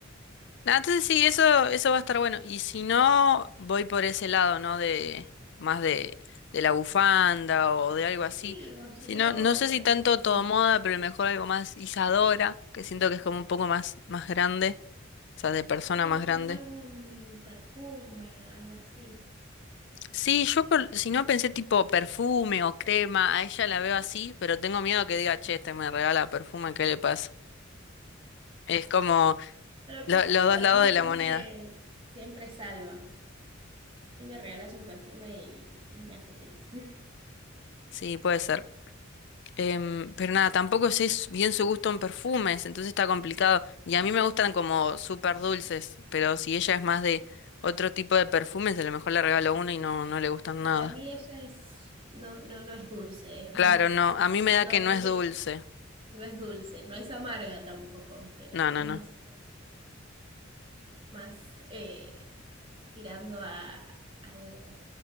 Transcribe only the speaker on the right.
Sí, o si
no,
algún,
sí,
o si
no algún perfume, algo así.
Pero el perfume
para
mí
siempre,
siempre salva. Y me regalas un perfume y, y me hace feliz. <laughs>
Para
mí ella es, no, no, no es dulce, es
más,
no,
no
creo,
no es dulce, no es amarga tampoco, pero
es
más eh, tirando a, al